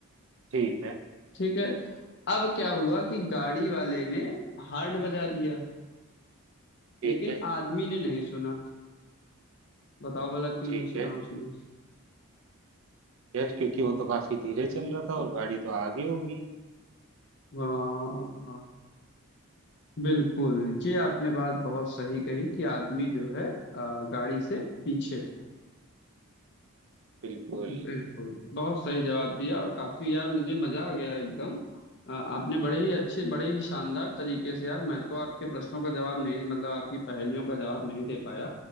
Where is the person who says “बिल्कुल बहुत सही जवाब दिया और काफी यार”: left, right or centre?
Left